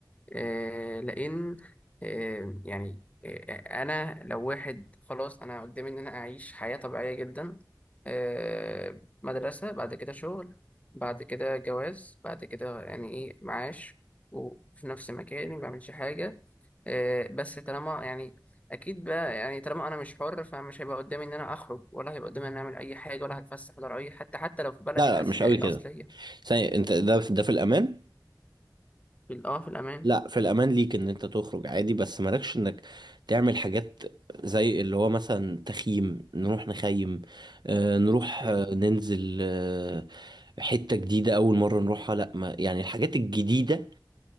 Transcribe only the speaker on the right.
لا لا
مش
قوي كده ثانية انت ده ده في الامان
لا في الامان ليك ان انت تخرج عادي بس مالكش انك تعمل حاجات زي اللي هو مثلا تخييم نروح نخيم آه نروح
آه ننزل آه حتة جديدة اول مرة نروحها لا ما يعني الحاجات الجديدة